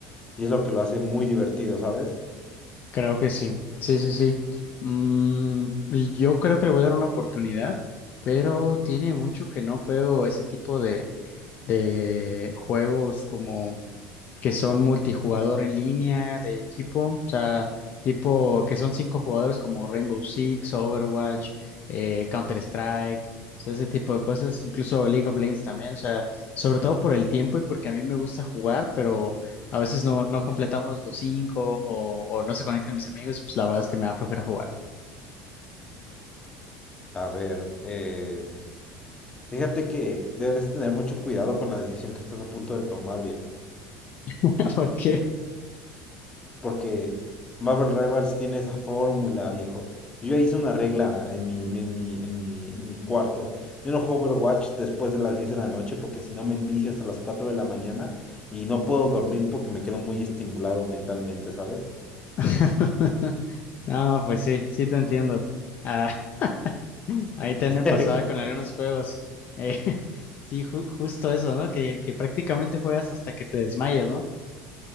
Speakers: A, on the left; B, on the left.
A: y es lo que lo hace muy divertido, ¿sabes?
B: Creo que sí. Sí, sí, sí. Mm, yo creo que le voy a dar una oportunidad, pero tiene mucho que no juego ese tipo de, de juegos como que son multijugador en línea de equipo, o sea, tipo que son cinco jugadores como Rainbow Six, Overwatch, Counter Strike, ese tipo de cosas, incluso League of Legends también, o sea, sobre todo por el tiempo y porque a mí me gusta jugar, pero a veces no, no completamos los cinco o, o no se conectan mis amigos, pues la verdad es que me da flojera jugar.
A: A ver, eh, fíjate que debes tener mucho cuidado con la decisión que estás a punto de tomar, viejo,
B: <laughs> ¿Por qué?
A: porque Marvel Rivals tiene esa fórmula, viejo. Yo ya hice una regla en mi, en mi, en mi, en mi cuarto. Yo no juego Overwatch después de las 10 de la noche porque si no me envicio hasta las 4 de la mañana y no puedo dormir porque me quedo muy estimulado mentalmente, ¿sabes?
B: <laughs> No, pues sí, sí te entiendo. Ah, <laughs> <laughs> Ahí también
A: <laughs>
B: me pasaba con algunos juegos. Eh, <laughs> sí, ju- justo eso, ¿no? Que, que prácticamente juegas hasta que te desmayas, ¿no?